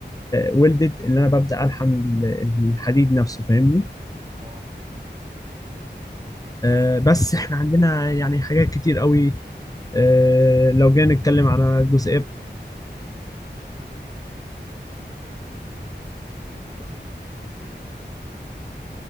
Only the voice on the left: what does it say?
ويلدد اللي انا ببدا الحم ال- الحديد نفسه فاهمني
آه، بس احنا عندنا يعني حاجات كتير قوي آه، لو جينا نتكلم على جزئيه